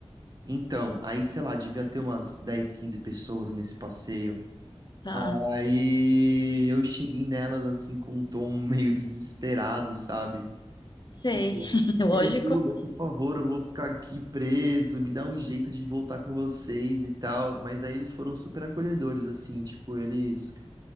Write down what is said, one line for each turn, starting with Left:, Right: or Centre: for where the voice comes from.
Right: Então, aí, sei lá, devia ter umas 10 15 pessoas nesse passeio.
Left: tá.
Right: Aí eu cheguei nelas assim com um tom <laughs> meio desesperado, sabe?
Left: Sei.
Right: Tipo,
Left: <laughs> Lógico.
Right: me ajuda, por favor, eu vou ficar aqui preso, me dá um jeito de voltar com vocês e tal. Mas aí eles foram super acolhedores, assim, tipo, eles